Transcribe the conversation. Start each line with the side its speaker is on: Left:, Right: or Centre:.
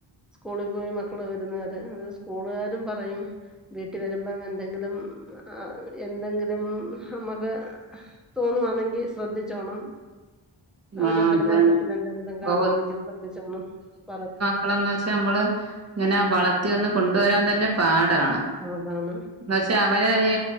Centre: സ്കൂളിൽ പോയി മക്കള് വരുന്നവരെ ആഹ് സ്കൂളുകാരും പറയും വീട്ട് വരുമ്പം എന്തെങ്കിലും എന്തെങ്കിലും നമ്മക്ക് തോന്നുവാണെങ്കി ശ്രദ്ധിച്ചോണം അവരെ
Right: ആഹ്
Centre: പെരുമാറ്റത്തിന്
Right: അതന്നെ
Centre: എന്തെകിലും കാണുവാണെങ്കിൽ
Right: ഓ
Centre: ശ്രദ്ധിച്ചോണം പറ
Right: ക്കളന്ന് വെച്ചാ നമ്മള് ഇങ്ങനെ വളർത്തി ഒന്ന് കൊണ്ട് വരാൻ തന്നെ പാടാണ്
Centre: പറയുന്നതാണ്.
Right: ന്താച്ചാ അവര് ഈ